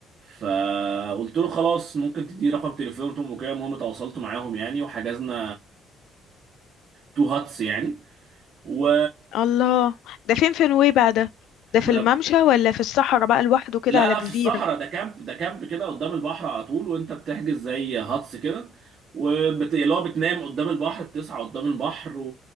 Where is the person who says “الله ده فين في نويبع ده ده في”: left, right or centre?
Left